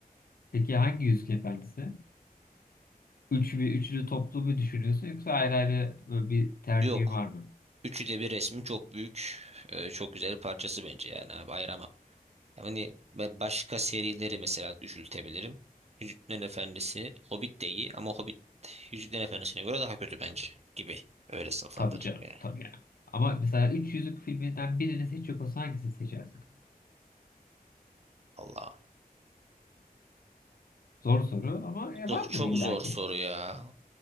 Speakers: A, on the left (about 70°); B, on the right (about 45°).
A: Peki hangi Yüzük Efendisi? Üç bir üçlü toplu mu düşünüyorsun yoksa ayrı ayrı böyle bir tercihin
B: Yok.
A: var mı?
B: Üçü de bir resmi çok büyük, e, çok güzel bir parçası bence yani abi ayıramam. Yani ve başka serileri mesela düşültebilirim. Yüzüklerin Efendisi, Hobbit de iyi ama Hobbit Yüzüklerin Efendisi'ne göre daha kötü bence gibi. Öyle sınıflandırırım
A: Tabii canım
B: ya.
A: tabii yani. Ama mesela Üç Yüzük filminden birini seçecek olsan hangisini seçersin?
B: Allah.
A: Zor soru ama e,
B: Çok,
A: vardır
B: çok
A: illaki.
B: zor soru ya.